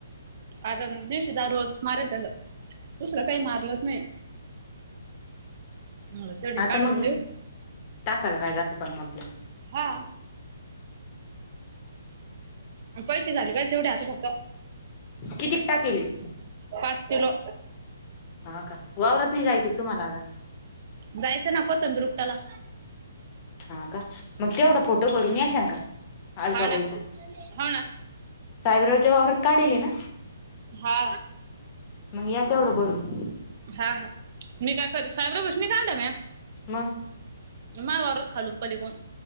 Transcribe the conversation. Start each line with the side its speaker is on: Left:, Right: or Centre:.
Right: आता दिवशी द रोज मारायचलं दुसरं काही मारलंच नाही मला तेवढी
Left: हा
Right: काढून
Left: तर मग
Right: देऊ
Left: टाकायल काय जात काण आपल्या
Right: हा पैसे झाले पहिसे तेवढे आता फक्त
Left: कितीिक टा केेली
Right: पाच किलो
Left: हा का वावरत नाही जायच तुम्हाला आता
Right: जायचं नको तंदुरुपतााला
Left: हा का मग तेवढा
Right: हाव
Left: फोटो भरूनून या शंका अलकाबाईचा
Right: ना हाव ना
Left: साहेबराजेववरात काढले ना
Right: हा
Left: मग या तेवढं भरून
Right: हा हा मी काय कर साहेबरा भषनी काला म्या
Left: मग
Right: माया वावरात्त खालून पलीकडून